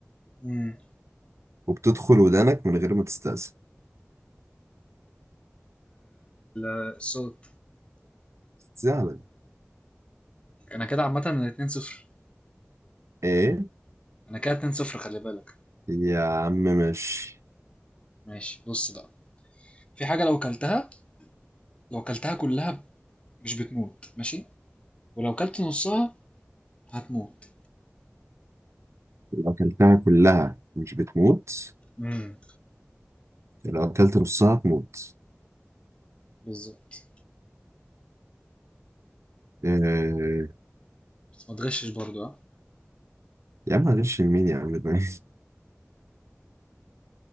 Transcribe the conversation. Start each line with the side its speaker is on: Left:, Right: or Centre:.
Left: امم
Right: وبتدخل ودانك من غير ما تستأذن
Left: الصوت
Right: سهلة
Left: انا كده عامه 2 0
Right: ايه
Left: انا كده 2 0 خلي بالك
Right: يا عم ماشي
Left: ماشي بص بقى في حاجه لو كلتها لو كلتها كلها مش بتموت ماشي ولو كلت نصها هتموت
Right: لو اكلتها كلها مش بتموت
Left: مم.
Right: لو اكلت نصها تموت
Left: بالظبط
Right: آه،
Left: بس ما تغشش برضو ها
Right: يا عم معلش مين يا عم ده <laughs>